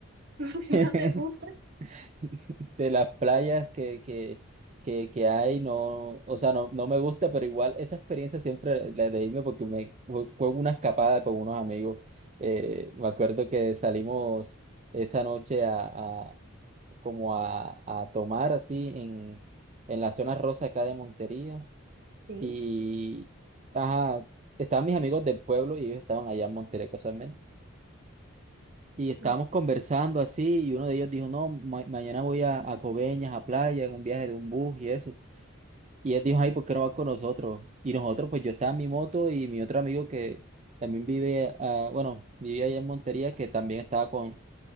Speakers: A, on the right; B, on the right.
A: <laughs>
B: <laughs>
A: ¿No te gusta?
B: <laughs> de las playas que, que, que, que hay, no, o sea, no, no me gusta, pero igual esa experiencia siempre la de irme porque me fue fue una escapada con unos amigos. Eh, me acuerdo que salimos esa noche a, a- como a, a tomar así en, en la zona rosa acá de Montería.
A: Sí,
B: Y ajá, estaban mis amigos del pueblo y ellos estaban allá en Montería casualmente. Y estábamos
A: ok.
B: conversando así y uno de ellos dijo, no, ma- mañana voy a, a Coveñas, a playa, en un viaje de un bus y eso. Y él dijo, ay, ¿por qué no vas con nosotros? Y nosotros, pues yo estaba en mi moto y mi otro amigo que también vive, ah, bueno, vivía allá en Montería, que también estaba con,